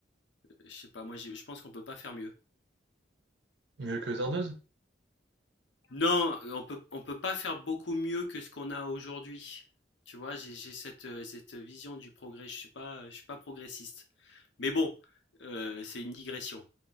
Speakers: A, on the left (about 80°); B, on the right (about 75°).
A: je sais pas, moi j'ai je pense qu'on peut pas faire mieux.
B: Mieux que Zardoz?
A: Non, euh, on peut on peut pas faire beaucoup mieux que ce qu'on a aujourd'hui. Tu vois? J'ai j'ai cette, heu, cette vision du progrès. Je suis pas, je suis pas progressiste. Mais bon, heu, c'est une digression.